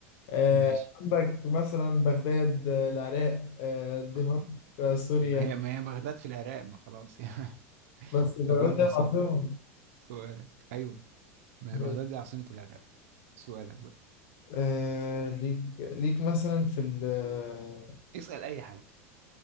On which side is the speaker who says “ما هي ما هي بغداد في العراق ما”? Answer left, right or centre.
Right